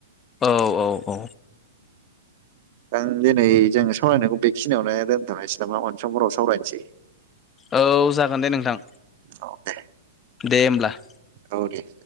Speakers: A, on the left; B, on the right.
A: औ औ औ।
B: आं दिनै जोङो सावरायनायखौ बेखिनियावनो दोनथ'नोसै नामा अन समफोराव सावरायनोसै।
A: औ जागोन दे नोंथां
B: औ दे।
A: दे हब्ला।
B: औ दे